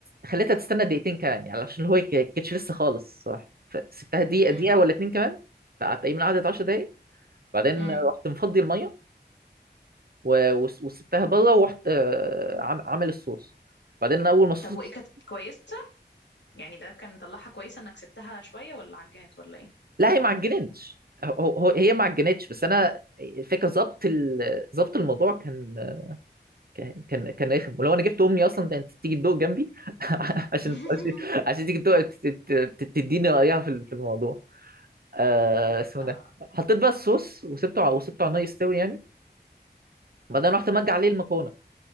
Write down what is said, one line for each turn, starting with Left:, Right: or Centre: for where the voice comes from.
Right: خليتها تستنى دقيقتين كمان يعني عشان هو ما كانتش لسه خالص صح فسبتها دقيقه
Left: أمم
Right: دقيقه ولا اتنين كمان فقعدت تقريبا قعدت 10 دقايق بعدين
Left: أمم
Right: رحت مفضي الميه و- وس- وسبتها بره ورحت آه، عام- عامل الصوص بعدين انا اول ما الصوص
Left: طب وإيه كانت كويسة يعني ده كان طلعها كويسة انك سبتها شوية ولا عجنت ولا ايه
Right: لا هي ما عجنتش هو هو- هي ما عجنتش بس انا الفكره ظبط ال- ظبط الموضوع كان كان كان كان رخم ولو انا جبت امي اصلا كانت تيجي تدوق جنبي <laughs> عشان
Left: <laughs>
Right: عشان عشان تيجي تدوق ت- ت- ت- تديني رايها في ال- في الموضوع آه، اسمه
Left: آه.
Right: ده حطيت بقى الصوص وسبته ع- وسبته على النار يستوي يعني بعدين رحت مجي عليه المكرونه